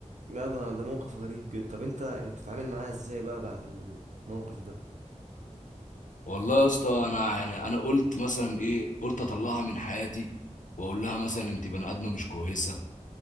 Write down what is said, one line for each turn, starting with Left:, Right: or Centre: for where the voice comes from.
Right: لا ده ده موقف غريب جدا طب انت يعني بتتعامل معاها ازاي بقى بعد الموقف ده
Left: والله يا اسطى انا يعني انا قلت مثلا ايه قلت اطلعها من حياتي واقول لها مثلا انت بني ادمه مش كويسه